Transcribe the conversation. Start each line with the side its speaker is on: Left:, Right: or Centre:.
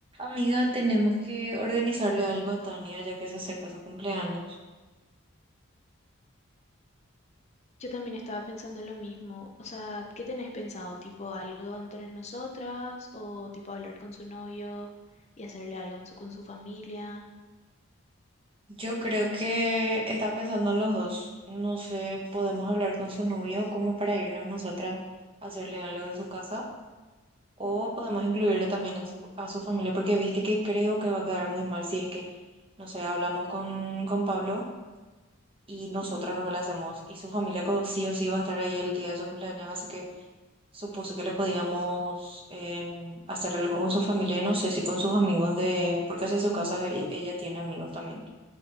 Right: Amiga, tenemos que organizarle algo a Tania ya que se acerca su cumpleaños.
Left: Yo también estaba pensando lo mismo. O sea, ¿qué tenés pensado? ¿Tipo algo entre nosotras o tipo hablar con su novio y hacerle algo en su- con su familia?
Right: Yo creo que estaba pensando en los dos. No sé, podemos hablar con su novio como para irnos nosotras a hacerle algo en su casa o
Left: Ujú,
Right: podemos incluirle también en su, a su familia porque viste que creo que va a quedar muy mal si es que, no sé, hablamos con, con Pablo y nosotras
Left: ujú.
Right: no le hacemos y su familia co- sí o sí va a estar ahí el día de su cumpleaños, así que Supuse que le podíamos em, hacer algo con su familia, y no sé si con sus amigos de, porque hacia su casa e- ella tiene amigos también.